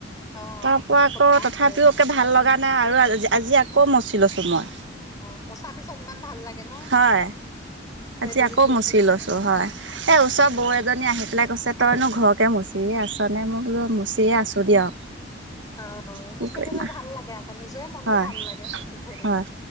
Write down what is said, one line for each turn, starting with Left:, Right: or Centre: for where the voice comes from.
Left: অ
Right: তাৰ পৰা আকৌ
Left: বেয়া
Right: তথাপিও
Left: হব
Right: একে ভাল লগা নাই, আৰু আজি আকৌ মচি লৈছো মই।
Left: অ' মোচা পিছত ইমান ভাল লাগে। ন
Right: হয়।
Left: সেই
Right: আজি
Left: দুদিন
Right: আকৌ
Left: তিনিদিন
Right: মচি
Left: ধুনীয়া
Right: লৈছোঁ
Left: লাগে
Right: হয়, এই ওচৰৰ বৌ এজনী আহি। আহি পেলাই কৈছে তইনো ঘৰকে মচিয়ে আছ নে? মই কৈছোঁ মচিয়ে আছোঁ দিয়ক।
Left: অ'
Right: কি
Left: মচি
Right: কৰিম
Left: দলে
Right: আ
Left: ভাল লাগে। আকৌ নিজৰে মনটো
Right: হয়
Left: ভাল লাগে মচি থৈ
Right: হয়
Left: দিলে।